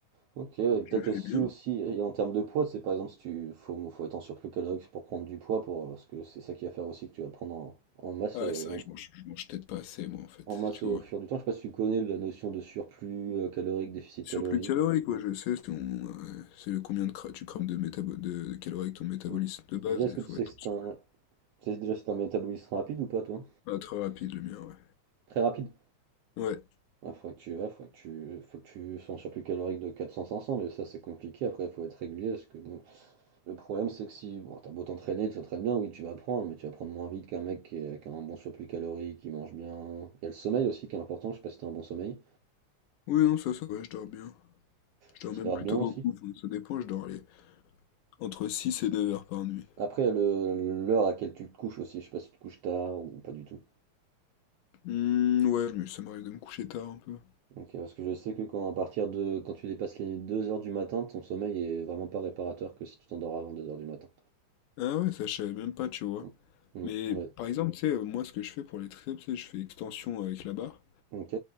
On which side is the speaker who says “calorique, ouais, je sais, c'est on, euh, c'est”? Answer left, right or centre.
Left